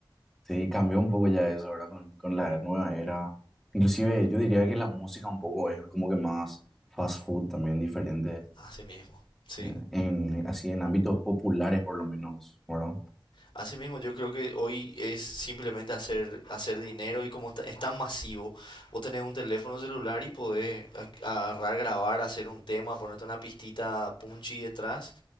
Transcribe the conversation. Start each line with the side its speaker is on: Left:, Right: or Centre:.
Centre: Sí, cambió un poco ya eso, ¿verdad? Con, con la nueva era. Inclusive yo diría que la música un poco es como que más fast food también diferente,
Left: así mismo. Sí.
Centre: eh, en, así en ámbitos populares por lo menos, ¿verdad?
Left: Asimismo, yo creo que hoy es simplemente hacer, hacer dinero y como está- es tan masivo, vos tenés un teléfono celular y podés a- agarrar, grabar, hacer un tema, ponerte una pistita punchy detrás